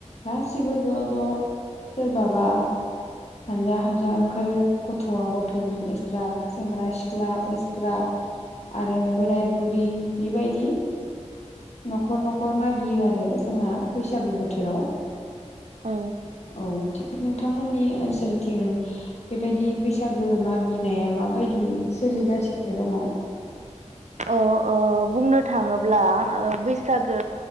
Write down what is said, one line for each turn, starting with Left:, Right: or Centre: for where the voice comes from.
Left: गासिबो ज' ज' सोरबाबा हानजा हानजा ओंखारो गथ'आ गथ'नि एक्सट्रा सेंग्रा सिख्ला एस्रा आरो बोराय बुरि बेबायदि न'खर न'खर मागियो आरो जोंना बैसागु बोथोराव
Right: औ
Left: औ थिग नोंथांमोननि ओनसोलथिं बेबायदि बैसागो मागिनाया माबायदि बायायदि सोलिगासिनो दङ?
Right: औ बुंनो थाङोब्ला ओ बैसागो